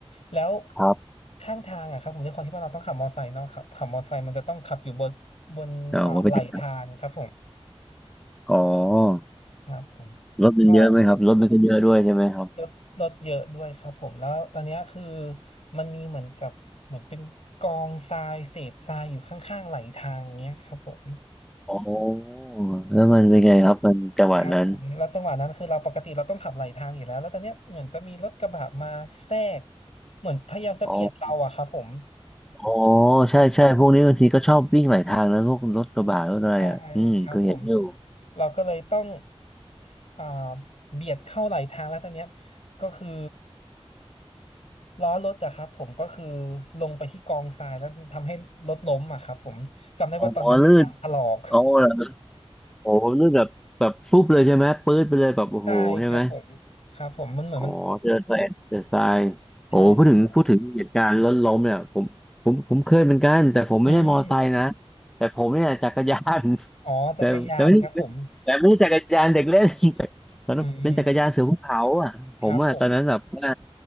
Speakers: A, on the left; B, in the centre.
A: แล้ว
B: ครับ
A: ข้างทางอะครับผมด้วยความที่ว่าเราต้องขับมอเตอร์ไซค์เนาะครับขับมอเตอร์ไซค์มันจะต้องขับอยู่บนบนเอ่อไหลทางครับผม
B: อ๋อเป็นยังไงครับอ๋อ
A: ครับผม
B: รถมันเยอะไหมครับ
A: ก็
B: รถมันก็เยอะด้วยใช่ไหมครับ
A: ลดลดเยอะด้วยครับผมแล้วตอนเนี้ยคือมันมีเหมือนกับเหมือนเป็นกองทรายเศษทรายอยู่ข้างๆไหลทางเงี้ยครับผม
B: อ๋อแล้วมันเป็นไงครับ มันจังหวะนั้น
A: ครับผมแล้วจังหวะนั้นคือเราปกติเราต้องขับไหลทางอยู่แล้วแล้วตอนเนี้ยเหมือนจะมีรถกระบะมาแทรกเหมือนพยายามจะเบียดเราอะครับผม
B: อ๋ออ๋อใช่ใช่พวกนี้บางทีก็ชอบวิ่งหลายทางนะพวกรถกระบะรถอะไรอ่ะอืมเคยเห็นอยู่
A: ใช่ครับผมเราก็เลยต้องอ่าเบียดเข้าไหลทางแล้วตอนเนี้ยก็คือ ล้อรถอะครับผมก็คือลงไปที่กองทรายแล้วทำให้รถล้มอะครับผมจำได้ว่าตอนนั้นคางถลอก
B: อ๋อลื่นอ๋อเหรอโอ้โหลื่นแบบแบบฟุบเลยใช่ไหมปื๊ดไปเลยแบบโอ้โหใช่ไหม
A: <laughs> ใช่ครับผมครับผมมันเหมือนมัน
B: อ๋อเจอทรายเจอทรายโอ้พูดถึงพูดถึงเหตุการณ์ล้นล้มเนี่ยผมผมผมเคยเหมือนกันแต่ผมไม่ได้มอไซค์นะ
A: ใช่ครับอืม
B: แต่ผมเนี่ยจักรยาน <laughs>
A: อ๋อจักรยานครับผม
B: แต่แต่ไม่ได้แต่ไม่ใช่จักรยานเด็กเล่น <laughs> แต่ตอนนั้นเป็นจักรยานเสือภูเขาอ่ะผมอ่ะตอนนั้นแบบว่า
A: อืมครับผม